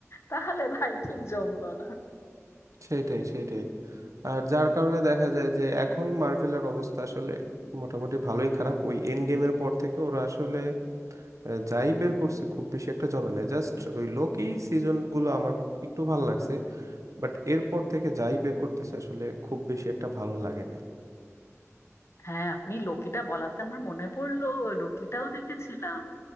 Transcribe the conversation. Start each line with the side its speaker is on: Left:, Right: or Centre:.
Left: তাহলে ভাই ঠিক জমলো না
Right: সেইটাই সেইটাই আর যার কারণে দেখা যায় যে এখন মার্ভেলের অবস্থা আসলে মোটামুটি ভালোই খারাপ ওই এন্ড গেমের পর থেকে ওরা আসলে আহ, যাই বের করছে খুব বেশি একটা জমে না জাস্ট ওই লোকি সিজন গুলো আমার খু- একটু ভালো লাগছে বাট এরপর থেকে যাই বের করতেছে আসলে খুব বেশি একটা ভালো লাগে নাই
Left: হ্যাঁ আপনি লোকিটা বলাতে আমার মনে পড়লো লোকিটাও দেখেছিলাম